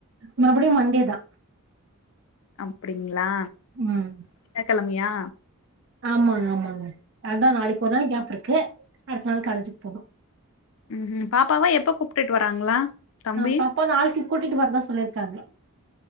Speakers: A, on the right; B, on the left.
A: மறுபடியு மண்டே தா
B: அப்படிங்ளா
A: ம்
B: திங்க கிழமயா
A: ஆமாங்க ஆமாங்க அதா நாளைக்கு ஒரு நாள் கேஃப் இருக்கு அடுத்த நாள் காலேஜுக்கு போன்னு
B: ம்ம் பாப்பாவா எப்ப கூப்ட்டுட்டு வராங்களா தம்பி
A: ஆ பாப்பா நாளைக்கு கூட்டிட்டு வரதா சொல்லிருக்காங்க